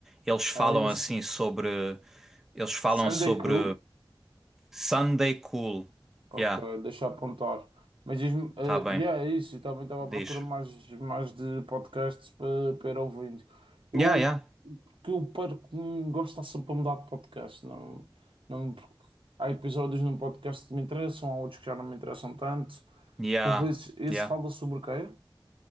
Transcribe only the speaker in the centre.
Eles falam
assim sobre. Eles falam
sobre
Sunday Cool.
Yeah,
tá bem.
Diz.
Yeah, yeah.
Yeah,
yeah.